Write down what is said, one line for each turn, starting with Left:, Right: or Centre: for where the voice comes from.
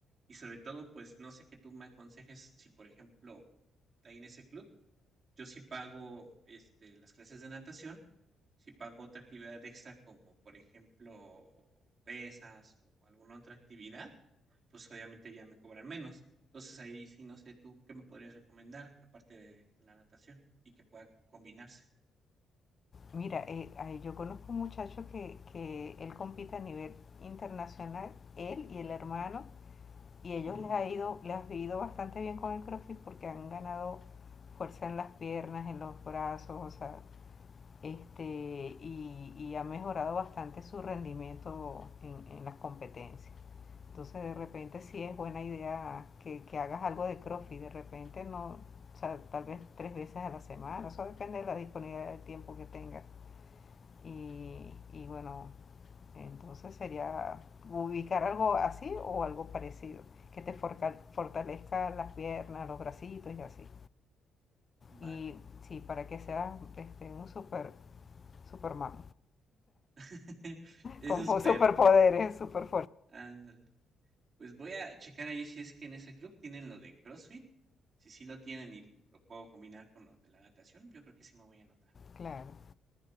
Right: Y sobre todo, pues no sé qué tú me aconsejes si, por ejemplo, ahí en ese club yo sí pago, este, las clases de natación, sí pago otra actividad extra como, por ejemplo, pesas o alguna otra actividad, pues obviamente ya me cobran menos. Entonces ahí sí no sé tú qué me podrías recomendar aparte de la natación y que pueda combinarse.
Left: mira, eh, ay, yo conozco un muchacho que, que él compite a nivel internacional, él y el hermano,
Right: Ujú,
Left: y ellos
Right: ujú,
Left: les ha ido, les ha ido bastante bien con el CrossFit porque han ganado fuerza en las piernas, en los brazos, o sea, este, y, y ha mejorado bastante su rendimiento en, en las competencias. Entonces de repente sí es buena idea que, que hagas algo de CrossFit, de repente no, o sea, tal vez tres veces a la semana, eso depende de la disponibilidad de tiempo que tengas. Y, y bueno, entonces sería ubicar algo así o algo parecido, que te forca- fortalezca las piernas, los bracitos y así.
Right: Vale,
Left: Y sí, para que seas este, un super, superman.
Right: <laughs> eso
Left: Con
Right: espero.
Left: superpoderes, super
Right: Ándale. Pues voy a checar ahí si es que en ese club tienen lo de CrossFit. Si sí lo tienen y lo puedo combinar con lo de la natación, yo creo que sí me voy a anotar.
Left: Claro.